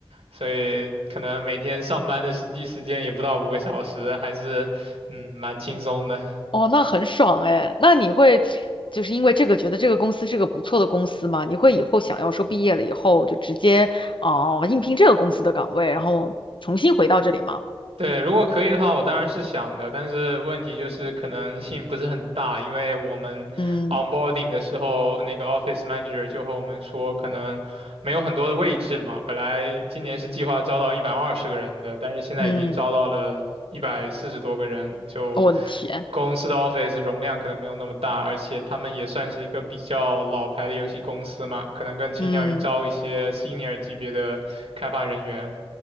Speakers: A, on the right (about 85°); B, on the left (about 55°).
A: 所以可能每天上班的实际时间也不到五个小时，还是嗯蛮轻松的。
B: 哦，那很爽哎。那你会就是因为这个觉得这个公司是个不错的公司吗？你会以后想要说毕业了以后就直接哦、应聘这个公司的岗位，然后重新回到这里吗？
A: 对，如果可以的话，我当然是想的，但是问题就是可能性不是很大，因为我们
B: 嗯
A: onboarding 的时候，那个 office manager 就和我们说，可能没有很多的位置了嘛。本来今年是计划招到一百二十个人的，但是现在已经招到了一百四十多个人，
B: 嗯，
A: 就
B: 我的天，
A: 公司的 office 容量可能没有那么大，而且他们也算是一个比较老牌的游戏公司嘛，可能更倾向于招一些
B: 嗯
A: senior 级别的开发人员。